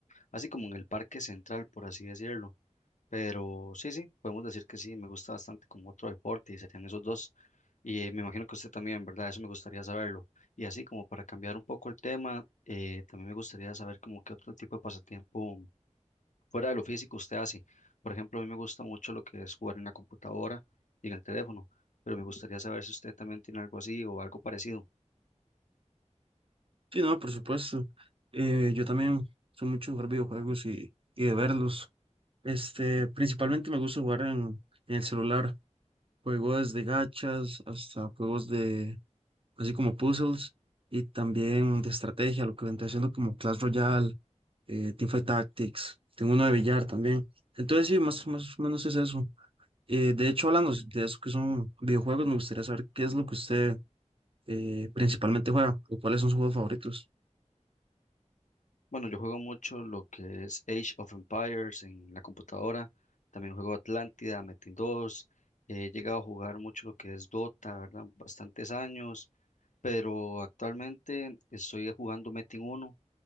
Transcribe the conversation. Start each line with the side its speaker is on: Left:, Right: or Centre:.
Left: así como en el parque central, por así decirlo. Pero sí, sí, podemos decir que sí, me gusta bastante como otro deporte y serían esos dos. Y eh, me imagino que usted también, ¿verdad? Eso me gustaría saberlo. Y así como para cambiar un poco el tema, eh, también me gustaría saber como qué otro tipo de pasatiempo fuera de lo físico usted hace. Por ejemplo, a mí me gusta mucho lo que es jugar en la computadora y en el teléfono, pero me gustaría saber si usted también tiene algo así o algo parecido.
Right: Sí, no, por supuesto. Eh, yo también soy mucho de jugar videojuegos y, y de verlos. Este, principalmente me gusta jugar en, en el celular. Juego desde gachas hasta juegos de, así como puzzles y también de estrategia, lo que vendría siendo como Clash Royale, eh, Teamfight Tactics. Tengo uno de billar también. Entonces, sí, más, más o menos es eso. Eh, de hecho, hablando de eso que son videojuegos, me gustaría saber qué es lo que usted eh, principalmente juega o cuáles son sus juegos favoritos.
Left: Bueno, yo juego mucho lo que es Age of Empires en la computadora, también juego Atlántida, Metin 2, he llegado a jugar mucho lo que es Dota, ¿verdad? Bastantes años, pero actualmente estoy jugando Metin 1